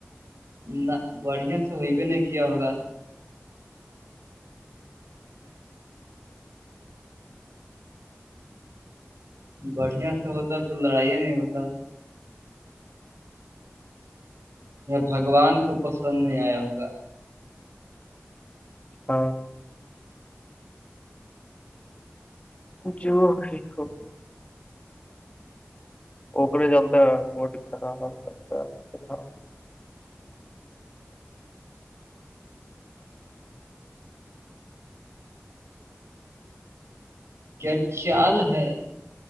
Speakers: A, on the right; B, on the left.
A: نہ بڑھیا سے ہوئی بھی نہیں کیا ہوگا بڑھیا سے ہوتا تو لڑائی نہیں ہوتا بھگوان کو پسند نہیں آیا ہوگا
B: ہاں جی ٹھ ہو <unintelligible> اکے چلتا ہے موڈ خراب لگتا ہے
A: کیا چال ہے